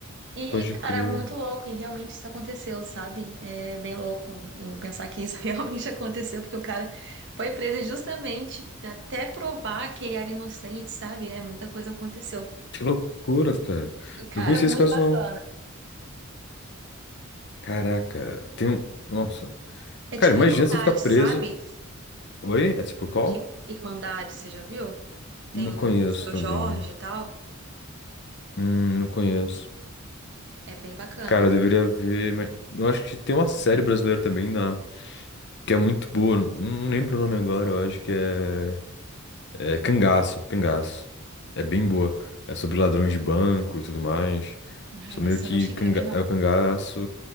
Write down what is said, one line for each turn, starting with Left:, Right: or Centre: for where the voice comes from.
Right: E,
Left: Pode
Right: cara,
Left: crer.
Right: é muito louco, e realmente isso aconteceu, sabe? É bem louco em pensar que isso <laughs> realmente aconteceu, porque o cara foi preso justamente até provar que ele era inocente, sabe? É, muita coisa aconteceu.
Left: Que loucura, cara.
Right: E, cara,
Left: Não conhecia
Right: muito
Left: esse caso,
Right: bacana.
Left: não. Caraca. Tem um. Nossa.
Right: É
Left: Cara,
Right: tipo
Left: imagina
Right: Irmandade,
Left: você ficar preso.
Right: sabe?
Left: Oi? É tipo
Right: É
Left: qual?
Right: tipo Irmandade, você já viu?
Left: Não
Right: Tem
Left: conheço
Right: o Seu
Left: também.
Right: Jorge e tal.
Left: Hum, não conheço.
Right: É bem bacana.
Left: Cara, eu deveria ver. Mas eu acho que tem uma série brasileira também na... que é muito boa. Não lembro o nome agora. Eu acho que é. É Cangaço. Cangaço. É bem boa. É sobre ladrões de banco e tudo mais.
Right: Ai,
Left: Sou meio
Right: esse
Left: que
Right: eu não cheguei
Left: canga...
Right: a ver, não.
Left: é o cangaço